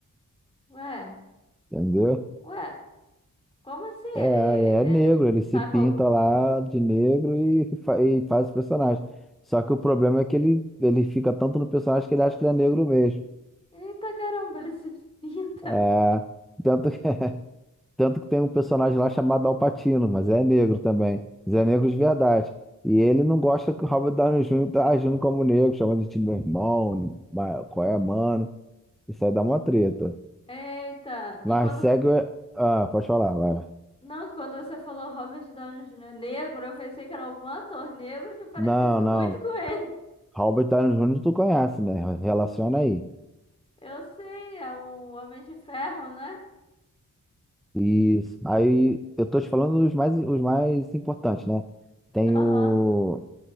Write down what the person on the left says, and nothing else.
ué,
ué, como assim?
Ele,
ele
tá
com algum.
Eita caramba, ele se <laughs> pinta.
Eita,
e quando.
Não, quando você falou Robert Downey Jr. negro, eu pensei que era algum ator negro que parecesse
muito com ele. <laughs>
Eu sei, é o Homem de Ferro, né?
Aham.